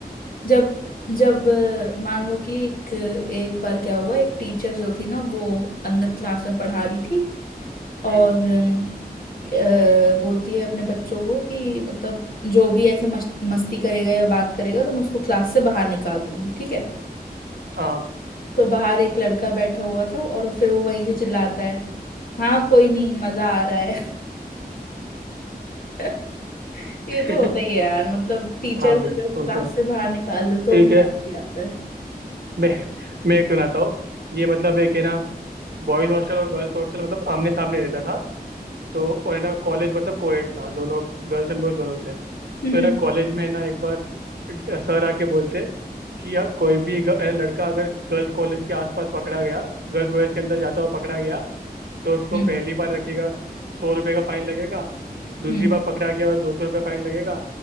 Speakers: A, on the left (about 60°); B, on the right (about 85°).
A: जब जब अ, मान लो कि एक एक बार क्या हुआ एक टीचर जो थी ना वो अंदर क्लास में पढ़ा रही थी और
B: हम्म,
A: अम, अ, बोलती है अपने बच्चों को कि मतलब जो भी ऐसे मस्त, मस्ती करेगा या बात करेगा तो मैं उसको क्लास से बाहर निकाल दूंगी ठीक है
B: हाँ
A: तो बाहर एक लड़का बैठा हुआ था और फिर वो वहीं से चिल्लाता है हाँ कोई नहीं मजा आ रहा है <laughs> ये
B: <laughs>
A: तो होता ही है यार मतलब टीचर
B: हाँ
A: अगर
B: बिल्कुल वो
A: क्लास
B: तो
A: से बाहर निकाल दे तो
B: ठीक
A: मजा
B: है
A: ही आता है
B: मैं मैं एक सुनाता हूँ ये मतलब एक है ना बॉयज हॉस्टल और गर्ल्स हॉस्टल मतलब आमने सामने रहता था तो और है ना कॉलेज मतलब कोएड था दोनों गर्ल्स एंड बॉयज दोनों थे तो
A: हम्म
B: है ना कॉलेज में है ना एक बार सर आके बोलते कि यार कोई भी ग- अ, लड़का अगर गर्ल्स कॉलेज के आसपास पकड़ा गया गर्ल्स कॉलेज के अंदर जाता हुआ पकड़ा गया तो उसको
A: हम्म
B: पहली बार रखेगा सौ रुपये का फाइन लगेगा दूसरी
A: हम्म
B: बार पकड़ा गया तो दो सौ रुपये फाइन लगेगा